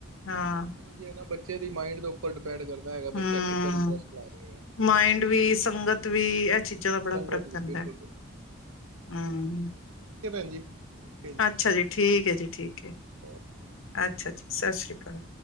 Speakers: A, on the left; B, on the right.
A: ਹਾਂ।
B: ਉੰਝ ਬੱਚੇ ਦੀ ਮਾਇੰਡ ਦੇ ਉੱਪਰ ਡਿਪੈਂਡ ਕਰਦਾ ਹੈਗਾ
A: ਹੂੰ,
B: ਬੱਚਾ ਕਿੱਦਾਂ ਇੰਟਰਸਟ ਲੈ ਰਿਹਾ
A: ਮਾਇੰਡ ਵੀ ਸੰਗਤ ਵੀ ਇਹ ਚੀਜ਼ਾਂ ਦਾ ਬੜਾ
B: ਸੰਗਤ
A: ਫ਼ਰਕ
B: ਵੀ
A: ਪੈਂਦਾ
B: ਬਿਲਕੁਲ
A: ਹੈ। ਹੂੰ,,,
B: ਓਕੇ ਭੈਣ ਜੀ। ਓਕੇ ਸਤਿ
A: ਅੱਛਾ ਜੀ
B: ਸ਼੍ਰੀ
A: ਠੀਕ ਏ ਜੀ ਠੀਕ ਏ,
B: ਅਕਾਲ ਓਕੇ
A: ਅੱਛਾ ਜੀ ਸ਼੍ਰੀ ਕਾਲ।